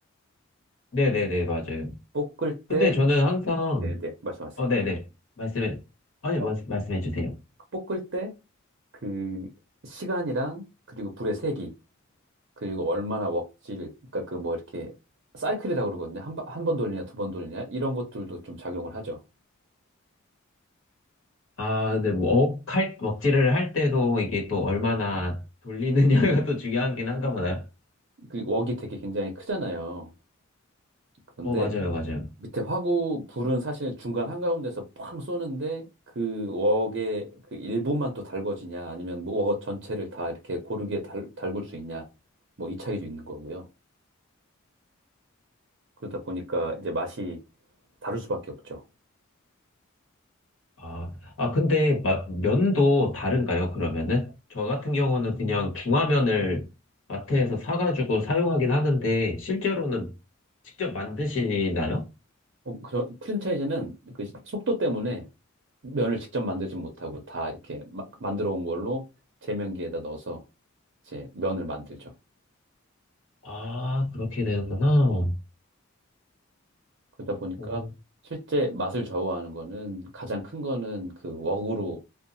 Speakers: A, on the left; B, on the right.
A: 네네네, 맞아요.
B: 볶을 때
A: 근데 저는 항상,
B: 네, 네, 네. 말씀하세요.
A: 어, 네네. 말씀해, 아니,
B: 어,
A: 말- 말씀해 주세요.
B: 볶을 때 그 시간이랑 그리고 불의 세기 그리고 얼마나 웍질, 그러니까 그 뭐 이렇게 사이클이라고 그러거든요. 한, 번- 한번 돌리냐, 두 번 돌리냐, 이런 것들도 좀 작용을 하죠.
A: 아, 근데 뭐, 억할, 먹지를 할 때도 이게 또 얼마나 돌리느냐가 <laughs> 또 중요하긴 한가 보나요
B: 그 웍이 되게 굉장히 크잖아요. 그런데
A: 어, 맞아요, 맞아요.
B: 밑에 화구, 불은 사실 중간 한가운데서 팡 쏘는데 그 웍의 그 일부만 또 달궈지냐, 아니면 뭐웍 전체를 다 이렇게 고르게 달, 달굴 수 있냐, 뭐 이 차이도 있는 거고요. 그러다 보니까 이제 맛이 다를 수밖에 없죠.
A: 아, 아, 근데 마- 면도 다른가요, 그러면은? 저 같은 경우는 그냥 중화면을 마트에서 사가지고 사용하긴 하는데, 실제로는 직접 만드시나요?
B: 어, 그 프랜차이즈는 그 속도 때문에 면을 직접 만들지 못하고 다 이렇게 마- 만들어 온 걸로 제면기에다 넣어서 이제 면을 만들죠.
A: 아, 그렇게 되는구나.
B: 그러다 보니까
A: 오.
B: 실제 맛을 좌우하는 거는 가장 큰 거는 그 웍으로